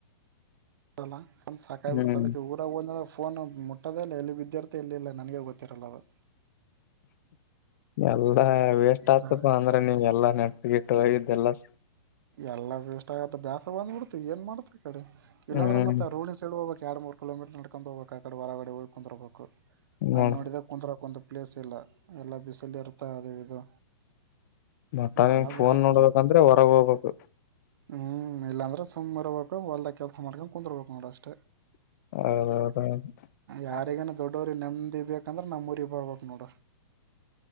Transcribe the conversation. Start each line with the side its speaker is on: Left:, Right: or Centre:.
Right: ಒ ಸಾಕಾಗಿ ಬಿಡತಅದಕ್ಕೆ
Left: ಹ್ಮ್
Right: ಊರಗ ಫೋನ್ ಮುಟ್ಟದಿಲ್ಲ ಎಲ್ಲಿ ಬಿದ್ದಿರ್ಥ ಎಲ್ಲಿ ಇಲ್ಲ ನನಗೆ ಗೊತ್ತಿರಲ್ಲ ಅದು.
Left: ಎಲ್ಲಾ ವೇಸ್ಟ್ ಆಗ್ತಪ್ಪ
Right: ಬಾ,
Left: ಅಂದ್ರೆ ನೀನ್ ಎಲ್ಲ ನೆ, ಗಿಟ್ಟ ಇದ್ದೆಲ್ಲ.. <inaudible>
Right: ಎಲ್ಲಾ ವೇಸ್ಟ್ ಆಗತ್ತ. ಬ್ಯಾಸರಬಂದ್ಬಿಡ್ತಏನ್ ಮಾಡ್ತಿ. ಈಡೆ ಇಲ್ಲಂದ್ರೆ
Left: ಹ್ಮ್
Right: ಮತ್ತೆ ರೋಡಿನ ಸೈಡ್ ಹೋಗ್ಕ್ ಎರಡ್ ಮೂರ ಕಿಲೋಮೀಟರ್ ನಡ್ಕೊಂಡ್ ಹೋಗಬೇಕ. ಆ ಕಡೆ ಹೊರಗಡೆ ಕುಂದ್ರಬೇಕು.
Left: ನೋಡ
Right: ಅಲ್ಲಿ ನೋಡಿದ್ರ ಕುಂದ್ರಕ ಒಂದಪ್ಲೇಸ್ ಇಲ್ಲ. ಎಲ್ಲ ಬಿಸಲ್ ಇರ್ತ ಅದ ಇದು
Left: ಮತ್ತಂಗ
Right: ಎಲ್ಲ
Left: ಫೋನ್
Right: ಬೇಸರ
Left: ನೋಡ್ಬೇಕಂದ್ರೆ ಹೊರಗೆ ಹೋಗ್ಬೇಕು.
Right: ಹ್ಮ್, ಇಲ್ಲಾಂದ್ರ ಸುಮ್ನಿರಬೇಕು ಹೊಲ್ದ ಕೆಲ್ಸ ಮಾಡ್ಕೊಂಡು ಕುತ್ರ್ಬೇಕು ನೋಡ ಅಷ್ಟೆ.
Left: <unintelligible>
Right: ಯಾರಿಗೇನ ದೊಡ್ಡವ್ರಿಗೆ ನೆಮ್ಮದಿ ಬೇಕಂದ್ರೆ ನಮ್ಮ ಊರಿಗೆ ಬರ್ಬೇಕ ನೋಡ.